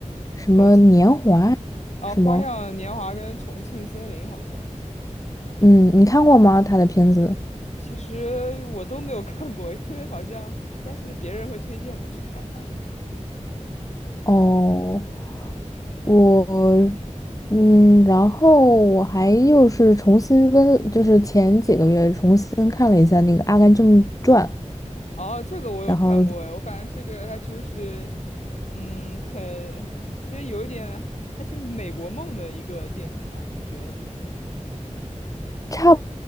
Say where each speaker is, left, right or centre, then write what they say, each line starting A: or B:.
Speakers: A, on the left; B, on the left.
A: 什么年华啊，
B: 重庆啊，
A: 什么，
B: 《花样年华》跟《重庆森林》好像，
A: 嗯，你看过吗？他的片子？
B: 其实我都没有看过，因为好像但是别人会推荐我去看他的。
A: 哦，我，嗯，然后我还又是重新温，就是前几个月重新看了一下那个《阿甘正传》，
B: 哦，这个我有看过哎，
A: 然后。
B: 我感觉这个它就是，嗯，很，就是有一点还挺美国梦的一个电影吧？你觉得呢？
A: 差